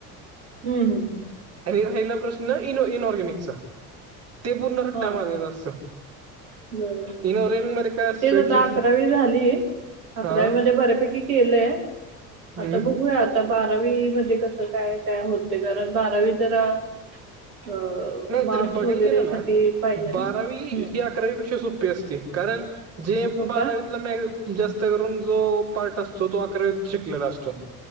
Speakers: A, on the right (about 70°); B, on the right (about 35°).
A: हम् हम् हम.
B: आणि राहिला प्रश्न इन- इनऑर्गॅनिकचा ते पूर्ण रट्टा
A: हा
B: मारलेला असतो.
A: बरोबर
B: इन ऑरगॅनिक मध्ये काय असतं
A: तेच आता
B: की
A: अकरावी झाली अकरावी
B: हा
A: मध्ये बऱ्यापैकी केलंय.
B: हम्म
A: आता बघूयात आता बारावी मध्ये कसं काय काय होते कारण बारावी जरा अ
B: नाही
A: मार्क्स
B: तरी बघायला
A: वगैरे
B: गेलं
A: साठी
B: ना
A: पाहिजे
B: बारावी
A: ना हम्म
B: ही अ अकरावी पेक्षा सोपी असते जे
A: हो
B: बारावीत
A: का
B: <unintelligible> जास्त करून जो पार्ट असतो तो अकरावीत शिकलेला असतो.